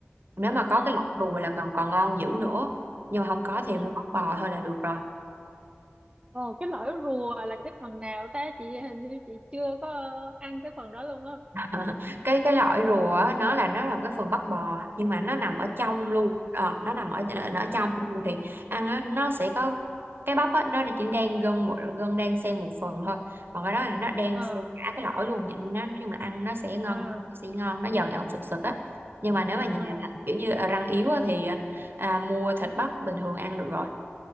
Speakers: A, on the right; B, on the right.
A: nếu mà có
B: ừ
A: cái lọc đùi là còn còn ngon dữ nữa nhưng mà không có thì
B: ừ.
A: mua bắp bò thôi là được rồi
B: ồ cái lõi rùa là cái phần nào ta chị hình như chị chưa có ờ, ăn cái phần đó luôn á
A: <laughs> cái cái lõi rùa á, nó là nó là một cái phần bắp bò nhưng mà nó nằm ở trong
B: à
A: luôn ờ, nó nằm ở nó ở
B: à
A: trong luôn thì ăn á, nó sẽ có cái bắp á, nó chỉ đang gân một gân đang xen một phần thôi còn cái đó là nó đang
B: à
A: xen cả cái lõi luôn nhìn nó nói chung là ăn nó sẽ ngon
B: à
A: nó sẽ ngon nó giòn giòn sực sực á nhưng mà nếu mà
B: à
A: nhà là kiểu như răng yếu á, thì à, mua thịt bắp bình thường ăn được rồi